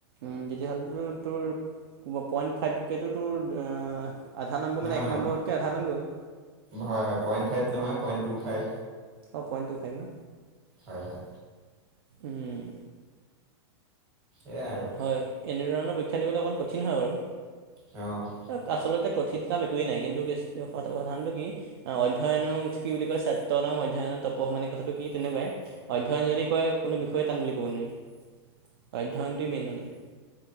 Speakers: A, on the right (about 60°); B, on the right (about 30°).
A: উম' তেতিয়াহ'লেতো তোৰ পইণ্ট ফাইভকেটো তোৰ এঁ- আধা নম্ব
B: নহয়
A: মানে, এক
B: নহয়
A: নম্বৰতকৈ আধামান গ'ল!
B: হয়, হয়, পইণ্ট ফাইভ নহয়! Point two five.
A: অ', পইণ্ট টু ফাইভ ন,
B: হয় হয়
A: উম'
B: এইয়াই আৰু।
A: হয়, এনেধৰণৰ পৰীক্ষা দিবলৈ অকমাণ কঠিন হয় বাৰু,
B: অঁ
A: এ আচলতে- কঠিন কাম একোৱেই নাই কিন্তু কেচটো সামাধানটো কি- আ অধ্যয়নং কি বুলি কয় সত্যনম অধ্যয়নং তপঃ মানে কথাটো কি তেনেকোৱাই। অধ্যয়ন যদি কৰে কোনো বিষয়ে টান বুলি ক'ব নোৱাৰি অধ্যয়নটোৱেই মেইন মানে।